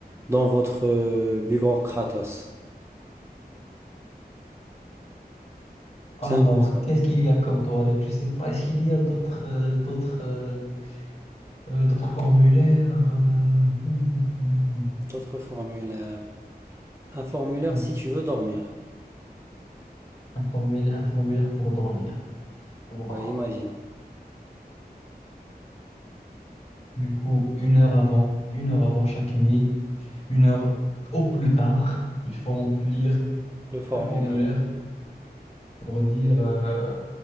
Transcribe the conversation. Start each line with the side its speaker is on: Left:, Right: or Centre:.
Right: dans votre euh, bureau Kratos.
Left: Alors,
Right: C'est un peu ça.
Left: qu'est-ce qu'il y a comme toilette? Je sais pas, est-ce qu'il y a d'autres euh, d'autres euh, euh, d'autres formulaires? euh, <laughs>
Right: D'autres formulaires. Un formulaire
Left: Un,
Right: si tu veux dormir.
Left: un formulaire, un formulaire pour dormir. Waouh.
Right: Ouais, imagine.
Left: Du coup, une heure avant, une heure avant chaque nuit, une heure au plus tard, il faut remplir
Right: Le formulaire
Left: le formulaire pour dire euh,